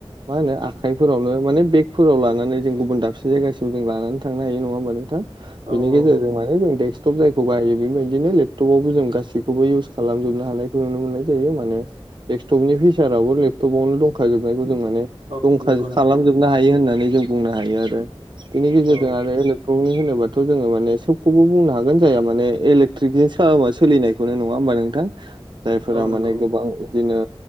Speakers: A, on the right; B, on the right.
A: मा होनो आखाइफोरावनो माने बेगफोराव लानानै जों गुबुन दाबसे जायगासिम जों लानानै थांनो हायो नङा होमबा नोंथां। बेनि
B: औ
A: गेजेरजों
B: औ
A: माने जों डेक्सटप जायखौ बायो बेबायदिनो लेपटपावबो जों गासैखौबो इउस खालामजोबनो हानाय नुनो मोननाय जायो माने डेक्सटप नि फिसाराबो लेपटपावनो दंखाजोबनायखौ जों माने
B: औ
A: दंखा
B: नंगौ नंगौ
A: खालामजोबनो हायो होननानै जों बुंनो हायो आरो बेनि गेजेरजों
B: औ
A: आरो खौनि होनोबाथ' जोङो माने सबखौबो बुंनो हागोन जायाहा माने इलेक्ट्रिकजोंसा सोलिनायखौनो नङा होमबा नोंथां। जायफोरा
B: औ नंगौ
A: माने गोबां बिदिनो